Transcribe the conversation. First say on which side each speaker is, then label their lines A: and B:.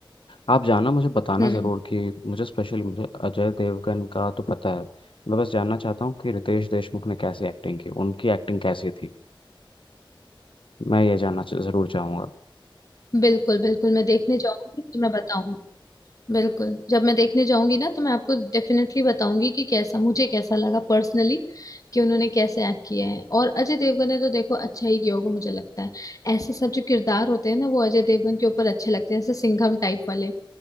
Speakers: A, on the left; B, on the left.
A: आप जाना मुझे बताना
B: हम्म
A: ज़रूर कि मुझे स्पेशली मुझे अजय देवगन का तो पता है मैं बस जानना चाहता हूँ कि रितेश देशमुख ने कैसी एक्टिंग की उनकी एक्टिंग कैसी थी मैं ये जानना च- ज़रूर चाहूँगा
B: बिल्कुल बिल्कुल मैं देखने जाऊंगी तो मैं बताऊंगी बिल्कुल जब मैं देखने जाऊंगी ना तो मैं आपको डेफिनेटली बताऊंगी कि कैसा मुझे कैसा लगा पर्सनली कि उन्होंने कैसे एक्ट किया है और अजय देवगन ने तो देखो अच्छा ही किया होगा मुझे लगता है ऐसे सब जो किरदार होते हैं ना वो अजय देवगन के ऊपर अच्छे लगते हैं जैसे सिंघम टाइप वाले